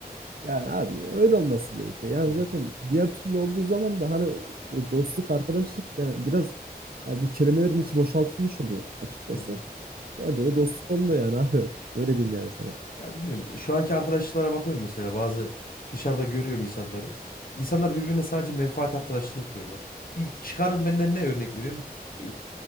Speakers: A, on the right; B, on the left.
A: Yani abi öyle olması gerekiyor. Yani
B: Hı hı.
A: zaten diğer türlü olduğu zaman da hani böyle dostluk, arkadaşlık yani biraz ya bu kelimelerin içi boşaltılmış oluyor açıkçası.
B: Hı hı.
A: Bence de dostluk olmuyor yani abi. Öyle diyeyim
B: Ya,
A: yani sana.
B: ya bilmiyorum. Şu anki arkadaşlıklara bakıyorum mesela bazı dışarıda görüyorum insanları. İnsanlar birbirine sadece menfaat arkadaşlığı kuruyorlar. Bir çıkarın benden ne örnek vereyim? Ee,